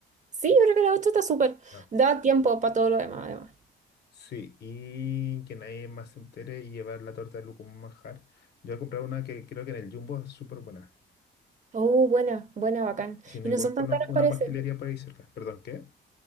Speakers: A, on the right (about 40°); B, on the left (about 55°).
A: Sí, yo creo que la 8 está súper.
B: Ya.
A: Da tiempo para todo lo demás, además.
B: Sí, y que nadie más se entere y llevar la torta de Lu como un manjar. Yo voy a comprar una que creo que en el Jumbo es súper buena.
A: Oh, buena, buena, bacán.
B: Y si no,
A: Y no
B: igual
A: son
B: conozco
A: tan caras,
B: una
A: parece.
B: pastelería por ahí cerca. ¿Perdón, qué?